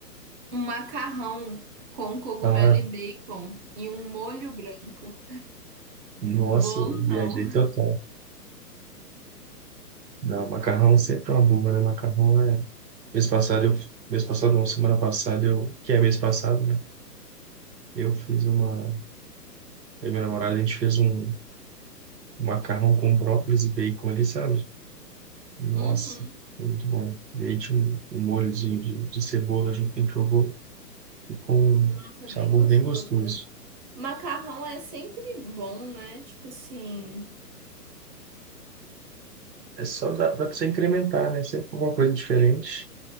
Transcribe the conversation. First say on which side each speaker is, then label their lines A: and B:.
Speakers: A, on the right; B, on the right.
A: Um macarrão com cogumelo
B: Ah,
A: e bacon e um molho branco.
B: Nossa,
A: Bolo
B: eu viajei
A: não.
B: total. Não, macarrão sempre é uma bomba, né? Macarrão é. Mês passado, eu... mês passado, não, semana passada, eu... que é mês passado, né? Eu fiz uma. Eu e minha namorada, a gente fez um um macarrão com brócolis e bacon ali, sabe? Nossa,
A: Uhum.
B: foi muito bom. E aí tinha um, um molhozinho de... de cebola junto que a gente jogou, e com um
A: Nossa,
B: sabor
A: é bem gostoso
B: bem gostoso.
A: mesmo. Macarrão é sempre bom, né? Tipo assim.
B: É só dá, dá pra você incrementar, né? Sempre com alguma coisa diferente.